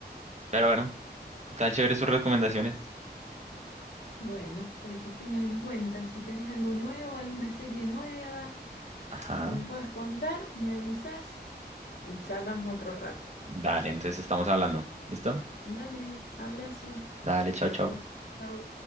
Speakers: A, on the right; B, on the left.
A: pero bueno, tan chévere sus recomendaciones.
B: Bueno, para que tengas en cuenta, si tenés algo nuevo, alguna serie nueva
A: Ajá,
B: que me puedas contar, me avisas y charlamos otro rato.
A: dale, entonces estamos hablando, ¿listo?
B: Dale, abrazo.
A: Dale, chao, chao.
B: Chao, chao.